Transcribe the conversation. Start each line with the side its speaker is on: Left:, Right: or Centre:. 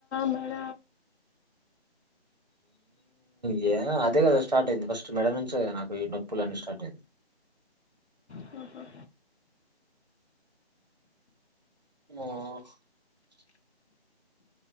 Left: మన
Right: యై అదే కదా స్టార్ట్ అయింది ఫస్ట మెడ నుంచి కదా నాకు ఈ నొప్పులు అన్నీ స్టార్ట్ అయింది
Left: హూ హూ
Right: మై